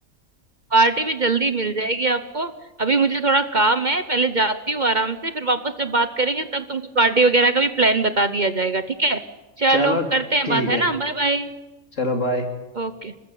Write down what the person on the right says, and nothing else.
पार्टी भी जल्दी मिल जाएगी आपको अभी मुझे थोड़ा काम है पहले जाती हूँ आराम से फिर वापस जब बात करेंगे तब तुमको पार्टी वगैरह का भी प्लान बता दिया जाएगा ठीक है चलो
करते हैं
बात है
ना Bye bye
ओके